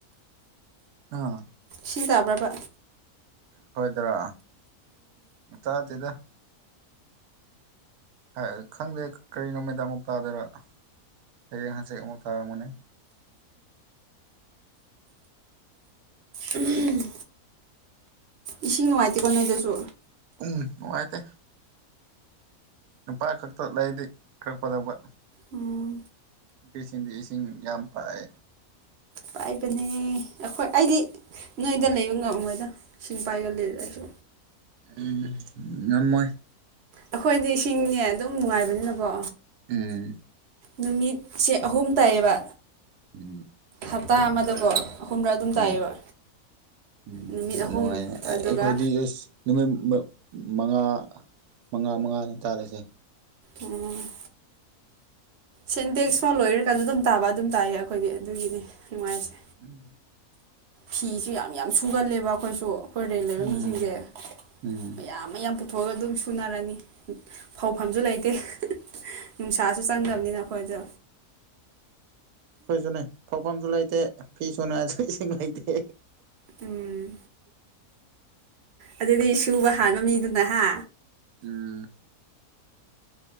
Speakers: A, on the right; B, on the right.
A: ꯑꯥ
B: ꯁꯤꯟꯗꯕ꯭ꯔꯕ
A: ꯈꯈꯣꯏꯗꯔꯥ ꯆꯥꯗꯗ ꯍꯥꯏ ꯈꯪꯗꯦ ꯀꯔꯤ ꯅꯨꯃꯤꯠꯇ ꯑꯃꯨꯛ ꯇꯥꯗꯣꯏꯔ ꯍꯌꯦꯡ ꯍꯪꯆꯦ ꯑꯃꯨꯛ ꯇꯥꯔꯝꯃꯅꯤ
B: ꯎ ꯎꯝ ꯏꯁꯤꯡ ꯅꯨꯡꯉꯥꯏꯇꯦꯀꯣ ꯅꯣꯏꯏꯗꯁꯨ
A: ꯎꯝ ꯅꯨꯡꯉꯥꯏꯇ ꯅꯨꯄꯥ ꯈꯛꯇ ꯂꯩꯗꯤ ꯀꯔꯛꯄꯗꯧꯕ
B: ꯎꯝ
A: ꯅꯨꯄꯤꯁꯤꯡꯗꯤ ꯏꯁꯤꯡ ꯌꯥꯝ ꯄꯥꯏ
B: ꯄꯥꯏꯕꯅꯦ ꯑꯩꯈꯣꯏ ꯑꯩꯗꯤ ꯅꯣꯏꯗ ꯂꯩꯕ ꯉꯝꯃꯣꯏꯗ ꯏꯁꯤꯡ ꯄꯥꯏꯒꯂꯗ ꯑꯩꯁꯨ
A: ꯎ ꯌꯥꯝꯃꯣꯏ
B: ꯑꯩꯈꯣꯏꯗꯤ ꯏꯁꯤꯡꯅꯦ ꯑꯗꯨꯝ ꯅꯨꯡꯉꯥꯏꯕꯅꯤꯅꯀꯣ
A: ꯎꯝ
B: ꯅꯨꯃꯤꯠꯁꯦ ꯑꯍꯨꯝ ꯇꯥꯏꯌꯦꯕ
A: ꯎꯝ
B: ꯍꯞꯇꯥ ꯑꯃꯗꯀꯣ ꯑꯍꯨꯝꯔꯛ ꯑꯗꯨꯝ ꯇꯥꯏꯌꯦꯕ
A: ꯎꯝ ꯎꯝ
B: ꯅꯨꯃꯤꯠ
A: ꯌꯥꯝ
B: ꯑꯍꯨꯝ
A: ꯅꯨꯡꯉꯥꯏ ꯑꯩꯈꯣꯏꯗꯤ
B: ꯑꯗꯨꯒ
A: ꯑ ꯅꯨꯃꯤꯠ ꯃꯉꯥ ꯃꯉꯥ ꯃꯉꯥꯅꯦ ꯇꯥꯂꯁꯦ
B: ꯎꯝ ꯁꯦꯟꯇꯦꯛꯁ ꯐꯥꯎ ꯂꯣꯏꯔꯀꯥꯟꯗ ꯑꯗꯨꯝ ꯇꯥꯕ ꯑꯗꯨꯝ ꯇꯥꯏꯌꯦ ꯑꯩꯈꯣꯏꯗꯤ ꯑꯗꯨꯒꯤꯅꯤ ꯅꯨꯡꯉꯥꯏꯖꯩ
A: ꯎꯝ
B: ꯐꯤꯁꯨ ꯌꯥꯝ ꯌꯥꯝ ꯁꯨꯒꯜꯂꯦꯕ ꯑꯩꯈꯣꯏꯁꯨ ꯈꯣꯏꯔꯦꯟ ꯂꯩꯕ
A: ꯎꯝ
B: ꯃꯤꯁꯤꯡꯁꯦ
A: ꯎꯝ
B: ꯃꯌꯥꯝ ꯑꯃ ꯌꯥꯝ ꯄꯨꯊꯣꯛꯑꯒ ꯑꯗꯨꯝ ꯁꯨꯅꯔꯅꯤ ꯐꯧꯐꯝꯁꯨ ꯂꯩꯇꯦ ꯅꯨꯡꯁꯥꯁꯨ ꯆꯪꯗꯕꯅꯤꯅ ꯑꯩꯈꯣꯏꯗ
A: ꯀꯣꯏꯁꯨ ꯅ ꯐꯥꯎ ꯄꯝ ꯨꯂꯥꯏ ꯦ ꯐꯤ ꯁꯅꯁꯨ ꯆꯁꯤꯡ ꯂꯩꯗꯦ
B: ꯎꯝ ꯑꯗꯨꯗꯤ ꯁꯨꯕ ꯍꯥꯟꯕ ꯃꯤꯗꯨꯅ ꯍꯥ
A: ꯎꯝ